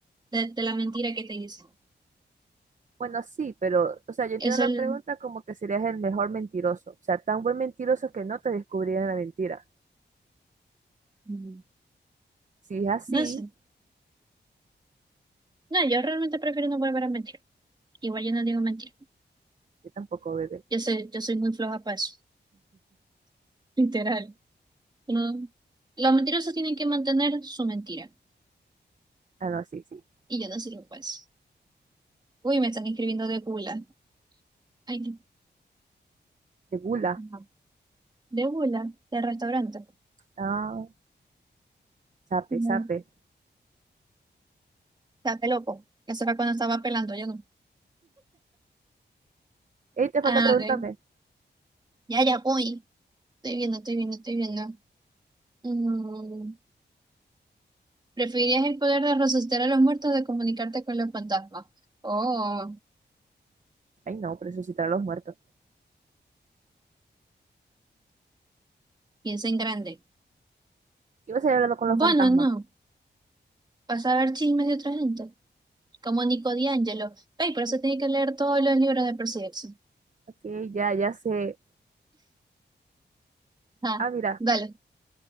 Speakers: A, on the right; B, on the right.
A: de, de la mentira que te dicen.
B: Bueno, sí, pero, o sea, yo entiendo
A: Eso
B: la
A: es-
B: pregunta como que serías el mejor mentiroso. O sea, tan buen mentiroso que no te descubrirían la mentira.
A: mm,
B: Si es así,
A: no sé. No, yo realmente prefiero no volver a mentir. Igual yo no digo mentir.
B: yo tampoco, bebé.
A: Yo soy, yo soy muy floja para eso. <laughs> Literal. No. Los mentirosos tienen que mantener su mentira.
B: Ah, no, sí, sí.
A: y yo no sé qué es Uy, me están escribiendo de gula. Ay,
B: De gula.
A: no. ajá. de gula, de restaurante.
B: Ah, sape,
A: No.
B: sape.
A: Está loco. Eso era cuando estaba pelando, yo no.
B: Ey, te falta
A: Ah,
B: preguntarme.
A: de... Ya, ya voy. Estoy viendo, estoy viendo, estoy viendo. Mm, ¿Preferirías el poder de resucitar a los muertos de comunicarte con los fantasmas? Oh,
B: Ay, no, resucitar a los muertos.
A: piensa en grande.
B: Iba a seguir hablando con
A: Bueno,
B: los fantasmas.
A: no. Vas a ver chismes de otra gente. Como Nico D'Angelo. Ey, por eso tiene que leer todos los libros de Percy Jackson.
B: Ok, ya, ya sé.
A: Ah,
B: Ah, mira.
A: dale.